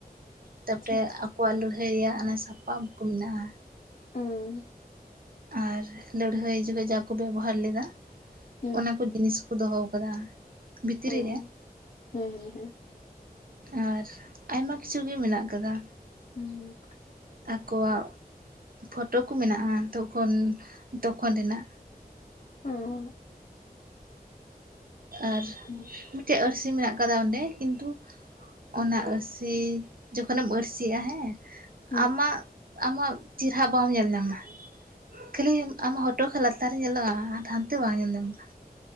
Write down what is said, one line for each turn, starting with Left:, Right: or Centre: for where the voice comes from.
Right: ᱛᱟᱯᱚᱨᱮ
Left: ᱟᱪᱪᱷᱟ ᱟᱪᱪᱷᱟ
Right: ᱟᱠᱚᱣᱟᱜ ᱞᱟᱹᱲᱦᱟᱹᱭ ᱨᱮᱭᱟᱜ ᱚᱱᱟ ᱥᱟᱯᱟᱵ ᱠᱩ ᱢᱮᱱᱟᱜᱼᱟ᱾
Left: <unintelligible>
Right: ᱟᱨ ᱞᱟᱹᱲᱦᱟᱹᱭ ᱡᱚᱠᱷᱮᱡ ᱡᱟ ᱠᱩ ᱵᱮᱵᱚᱦᱟᱨ ᱞᱮᱫᱟ
Left: ᱦᱮᱸ
Right: ᱚᱱᱟ ᱠᱩ ᱡᱤᱱᱤᱥ ᱠᱚ ᱫᱚᱦᱚ ᱟᱠᱟᱫᱟ ᱵᱷᱤᱛᱨᱤ
Left: ᱚᱸ
Right: ᱨᱮ
Left: ᱦᱮᱸ ᱦᱮᱸ ᱦᱮᱸ
Right: ᱟᱨ ᱟᱭᱢᱟ ᱠᱤᱪᱷᱩ ᱜᱮ ᱢᱮᱱᱟᱜ ᱟᱠᱟᱫᱟ
Left: ᱦᱩᱸ ᱦᱩᱸ
Right: ᱟᱠᱚᱣᱟᱜ ᱯᱷᱳᱴᱳ ᱠᱩ ᱢᱮᱱᱟᱜᱼᱟ ᱛᱚᱠᱷᱚᱱ ᱛᱚᱠᱷᱚᱱ ᱨᱮᱱᱟᱜ
Left: ᱚ
Right: ᱟᱨ
Left: ᱦᱮᱸ
Right: ᱢᱤᱫᱴᱮᱡ ᱟᱹᱨᱥᱤ ᱢᱮᱱᱟᱜ ᱟᱠᱟᱫᱟ ᱚᱸᱰᱮ ᱠᱤᱱᱛᱩ ᱚᱱᱟ ᱟᱹᱨᱥᱤ ᱡᱚᱠᱷᱚᱱᱮᱢ ᱟᱹᱨᱥᱤᱜᱼᱟ ᱦᱮᱸ
Left: ᱦᱮᱸ
Right: ᱟᱢᱟᱜ ᱟᱢᱟᱜ ᱪᱮᱨᱦᱟ ᱵᱟᱢ ᱧᱮᱞ ᱧᱟᱢᱟ ᱠᱷᱟᱹᱞᱤ ᱟᱢᱟᱜ ᱦᱚᱴᱳᱜ ᱠᱷᱚᱡ ᱞᱟᱛᱟᱨ ᱨᱮ ᱧᱮᱞᱚᱜᱼᱟ ᱟᱨ ᱦᱟᱱᱛᱮ ᱵᱟᱝ ᱧᱮᱞ ᱧᱟᱢᱚᱜᱼᱟ